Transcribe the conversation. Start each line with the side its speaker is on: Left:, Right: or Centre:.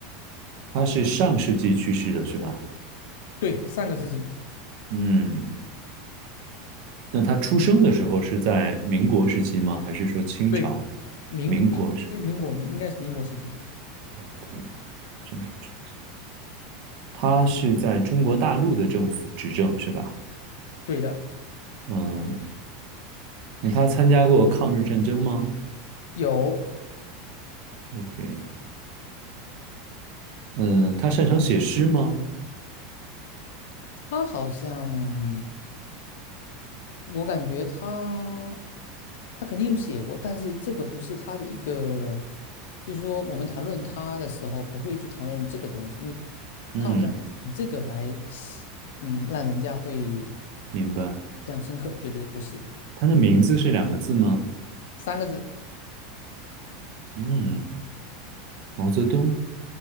Right: 他是上世纪去世的是吧？
Left: 对，上个世纪，
Right: 嗯，那他出生的时候是在民国时期吗？还是说清朝？
Left: 对，民英对民国民应该是民国时期，
Right: 民国是
Left: 对，
Right: OK，政治，他是在中国大陆的政府执政，是吧？
Left: 对的，
Right: 嗯，那他参加过抗日战争吗
Left: 有
Right: ？OK，嗯，他擅长写诗吗？
Left: 他好像，我感觉他。他肯定有写过，但是这个不是他的一个，就是说我们谈论他的时候不会去谈论这个东西，因为
Right: 嗯，
Left: 他好像不以这个来，嗯，让人家会
Right: 明白。
Left: 印象深刻。对对对，不是
Right: 他的名字是两个字吗？
Left: 三个字，
Right: 嗯，毛泽东。